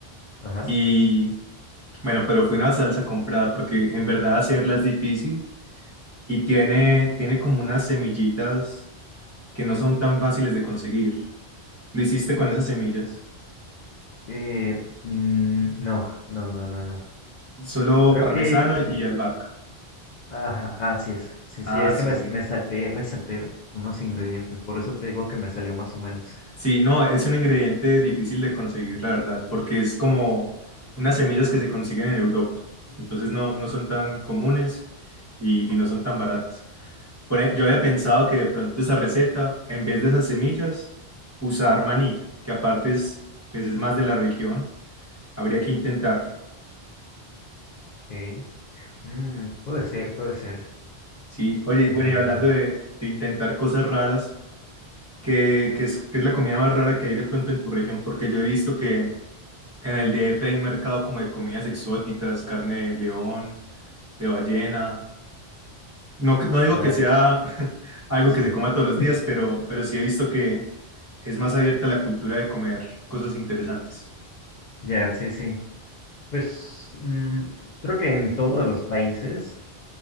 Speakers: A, on the left (about 55°); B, on the right (about 20°).
A: Ajá.
B: y bueno, pero fue una salsa comprada porque en verdad hacerla es difícil y tiene, tiene como unas semillitas que no son tan fáciles de conseguir. Lo hiciste con esas semillas,
A: Eh, mm, no, no, no, no, no.
B: solo
A: Creo
B: parmesano
A: que,
B: y albahaca.
A: ajá, así es. Sí,
B: Ah,
A: sí, es
B: sí,
A: que me,
B: sí.
A: me salté, me salté unos ingredientes, por eso te digo que me salió más o menos.
B: Sí, no, es un ingrediente difícil de conseguir, la verdad, porque es como unas semillas que se consiguen en Europa. Entonces no, no son tan comunes y, y no son tan baratas. Por ej- yo había pensado que de pronto esa receta, en vez de esas semillas, usar maní, que aparte es, pues es más de la región. Habría que intentarlo.
A: Ok. Mm, puede ser, puede ser.
B: Sí, oye, y
A: Mm,
B: bueno, y hablando de, de intentar cosas raras, ¿qué, qué es, qué es la comida más rara que hay de pronto en tu región? Porque yo he visto que En el DF hay un mercado como de comidas exóticas, carne de león, de ballena. No, que- no digo
A: ah,
B: que sea <laughs> algo
A: sí.
B: que se coma todos los
A: <laughs>
B: días, pero, pero sí he visto que es más abierta la cultura de comer cosas interesantes.
A: Ya, sí, sí. Pues mm, creo que en todos los países,